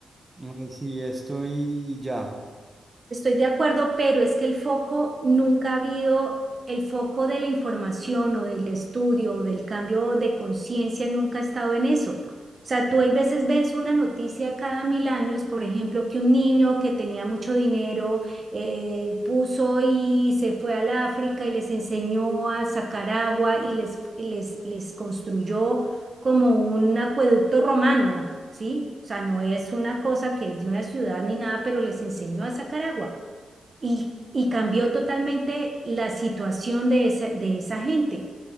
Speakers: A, on the right; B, on the right.
A: ay, sí, esto y, y ya.
B: Estoy de acuerdo, pero es que el foco nunca ha habido, el foco de la información o del estudio o del cambio de conciencia nunca ha estado en eso. O sea, tú hay veces ves una noticia cada mil años, por ejemplo, que un niño que tenía mucho dinero eh, puso y se fue al África y les enseñó a sacar agua y les, y les, les construyó como un acueducto romano, ¿sí? O sea, no es una cosa que es de una ciudad ni nada, pero les enseñó a sacar agua y, y cambió totalmente la situación de esa, de esa gente.